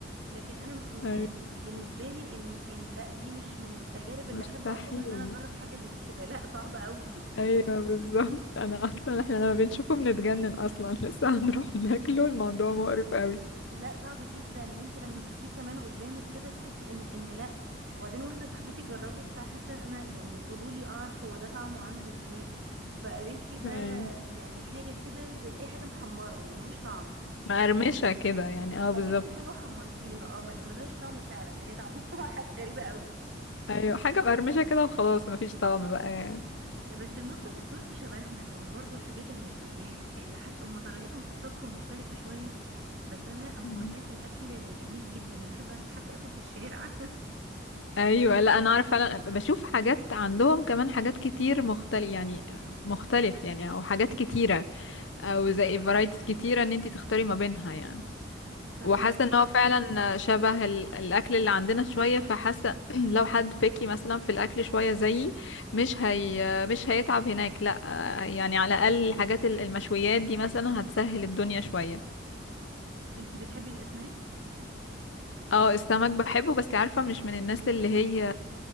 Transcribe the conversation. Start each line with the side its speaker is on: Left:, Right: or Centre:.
Right: لكن انا م-
Left: ايوه
Right: يعني بالنسبه لي ان ان لا دي مش من التجارب اللي
Left: مستحيل
Right: احب اخدها ان انا اجرب حاجه زي كده لا صعب قوي
Left: ايوه بالظبط انا اصلا احنا لما بنشوفه بنتجنن اصلا <laughs> لسه هنروح ناكله الموضوع مقرف قوي
Right: لا صعب جدا وانت لما تشوفيه كمان قدامك كده تحسي ان ان لا وبعدين واحده صاحبتي جربت فحتى انا يعني فضولي اعرف هو ده طعمه عامل ازاي فقالت لي ده
Left: ايوه
Right: يعني حاجه كده زي اي حاجه محمره يعني ملوش طعم
Left: مقرمشة كده يعني اه بالظبط
Right: اه جبتي حاجه وحمرتيها اه مل- ملهاش طعم فعلا هي طعمها <laughs> حاجه غريبه قوي
Left: ايوه حاجة مقرمشة كده وخلاص مفيش طعم بقى
Right: لا بس المطبخ التركي شبهنا يعني برضو الحاجات المشويات اللي حتى هم طريقتهم في الطبخ مختلفة شوية بس انا هو
Left: يعني
Right: هناك الاكل جميل جدا أنا بحب حتى اكل في الشارع
Left: ايوه لا انا عارف فعلا بشوف حاجات عندهم كمان حاجات كتير مختلف يعني مختلف يعني او حاجات كتيره او زي فرايتيز كتيره ان انت تختاري ما بينها يعني
Right: <laughs> صحيح
Left: وحاسه ان هو فعلا شبه ال- الاكل اللي عندنا شويه فحاسه <clears throat> لو حد بيكي مثلا في الاكل شويه زيي مش هي مش هيتعب هناك لا يعني على الاقل الحاجات ال- المشويات دي مثلا هتسهل الدنيا شويه
Right: انتي بتحبي الاسماك
Left: اه السمك بحبه بس عارفة مش من الناس اللي هي